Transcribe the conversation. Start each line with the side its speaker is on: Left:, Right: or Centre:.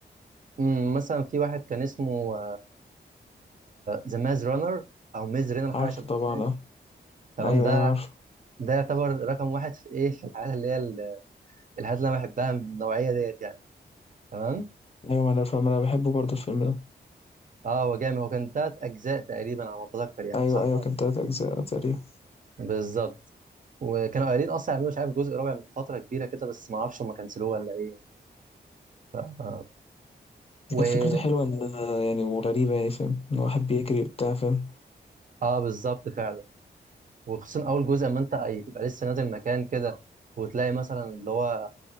Right: مم، مثلا في واحد كان اسمه ذا ماز رانر او ميز رينر حاجه
Left: عارفه
Right: شبه
Left: طبعا
Right: كده يعني
Left: اه
Right: تمام
Left: ايوه
Right: ده
Left: ايوه عارفه
Right: ده يعتبر رقم واحد في ايه في الحاجات اللي هي ال- الحاجات اللي انا بحبها من النوعيه ديت يعني تمام
Left: ايوه ما انا فاهم انا بحبه برضه الفيلم ده
Right: اه هو جامد هو كان تلات اجزاء تقريبا على ما اتذكر يعني
Left: ايوه
Right: صح
Left: ايوه
Right: ولا
Left: كان تلات اجزاء تقريبا
Right: لا؟ بالظبط وكانوا قايلين اصلا يعملوا مش عارف جزء رابع من فتره كبيره كده بس ما اعرفش هم كنسلوه ولا ايه يعني. ف... آه. و
Left: كانت فكرته حلوه ان يعني وغريبه يعني فاهم ان واحد بيجري وبتاع فاهم
Right: اه بالظبط فعلا وخصوصا اول جزء ما انت أي- تبقى لسه نازل مكان كده وتلاقي مثلا اللي هو